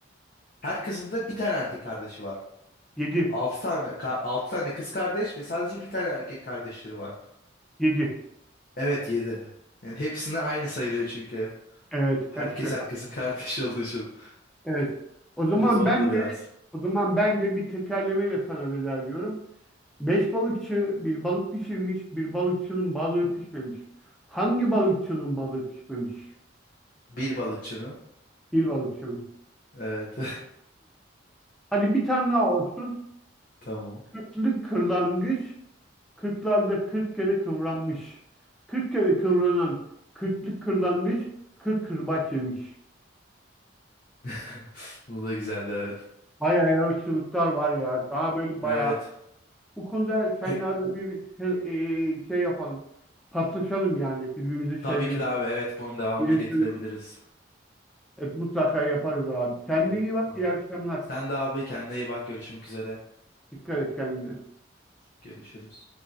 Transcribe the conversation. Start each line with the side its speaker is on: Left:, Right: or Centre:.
Left: Her kızın da bir tane erkek kardeşi var.
Centre: yedi
Left: Altı tane, ka- altı tane kız kardeş ve sadece bir tane erkek kardeşleri var.
Centre: yedi.
Left: Evet, yedi. Yani hepsine aynı sayılıyor çünkü.
Centre: Evet,
Left: Herkes
Centre: hepsi
Left: herkesin <laughs> kardeşi olduğu için.
Centre: Evet. O zaman
Left: Bu zordu
Centre: ben
Left: biraz.
Centre: de o zaman ben de bir tekerlemeyle sana veda ediyorum. Beş balıkçı bir balık pişirmiş, bir balıkçının balığı pişmemiş. Hangi balıkçının balığı pişmemiş?
Left: Bir balıkçının.
Centre: Bir balıkçının.
Left: Evet.
Centre: Hadi bir tane daha olsun.
Left: <laughs> Tamam.
Centre: Kırklı kırlangıç, kırklarda kırk kere kıvranmış. Kırk kere kıvranan kırklı kırlangıç, kırk kırbaç yemiş.
Left: <laughs> Bu da güzeldi evet.
Centre: Bayağı yaratıcılıklar var ya. Daha böyle bayağı
Left: Evet.
Centre: Bu konuda seninle
Left: Hep
Centre: arada bir he- e, şey yapalım. Paslaşalım yani birbirimize
Left: tabii
Centre: şeyleri
Left: ki de abi evet bunun devamını
Centre: iletelim.
Left: getirebiliriz.
Centre: Evet, mutlaka yaparız abi. Kendine
Left: Evet
Centre: iyi bak.
Left: tamam.
Centre: İyi akşamlar.
Left: Sen de abi kendine iyi bak görüşmek üzere.
Centre: Dikkat et kendine.
Left: Görüşürüz.